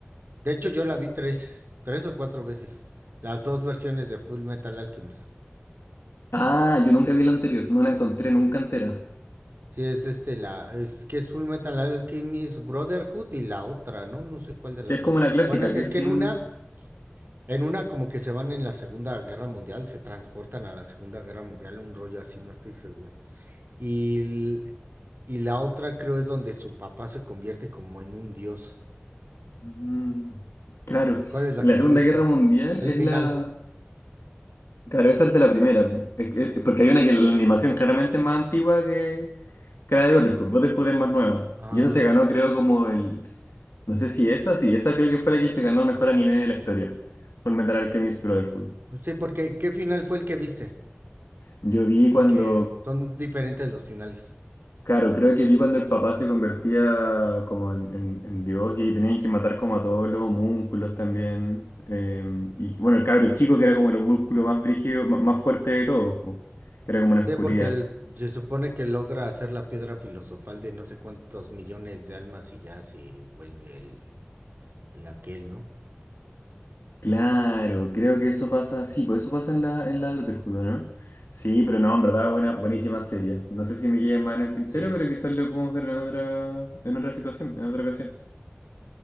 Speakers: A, on the right; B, on the left.
A: De hecho, yo la vi tres, tres o cuatro veces. Las dos versiones de Full Metal Alchemist.
B: Ah, yo nunca vi la anterior, no la encontré nunca entera.
A: Sí, es este, la, es que es Full Metal Alchemist Brotherhood y la otra, ¿no? No sé cuál de las
B: Que es
A: dos.
B: como la clásica,
A: Bueno, es
B: que es
A: que
B: sin,
A: en una, en una como que se van en la Segunda Guerra Mundial, se transportan a la Segunda Guerra Mundial, un rollo así, no estoy seguro. Y, y la otra creo es donde su papá se convierte como en un dios.
B: Mm, Claro,
A: ¿Cuál es la
B: en
A: que
B: la
A: tú
B: Segunda
A: viste?
B: Guerra Mundial
A: El
B: es
A: final.
B: la... Claro, esa es de la primera, es que- es porque hay una que la animación claramente es más antigua que, que la de Brotherhood, Brotherhood es más nueva,
A: Ah,
B: y esa se ganó creo como el... No sé si esa, sí, esa creo que fue la que se ganó el mejor anime de la historia, por Metal Alchemist Brotherhood.
A: pues sí, porque ¿qué final fue el que viste?
B: Yo vi cuando
A: Porque son diferentes los finales.
B: Claro, creo que vi cuando el papá se convertía como en, en- en Dios y tenían que matar como a todos los homúnculos también. Eh,
A: Ujú.
B: y bueno, el cabro chico que era como el homúnculo más brígido, ma- más fuerte de todos, po, que era como una oscuridad.
A: Sí, porque el- se supone que logra hacer la piedra filosofal de no sé cuántos millones de almas y ya se vuelve el, el aquel, ¿no?
B: Claro, creo que eso pasa, sí, pues eso pasa en la, en la de Brotherhood, ¿no? Sí, pero no, en verdad, buena, buenísima serie. No sé si me quede más en el tintero,
A: Sí.
B: pero quizás lo podemos ver en otra, en otra situación, en otra ocasión.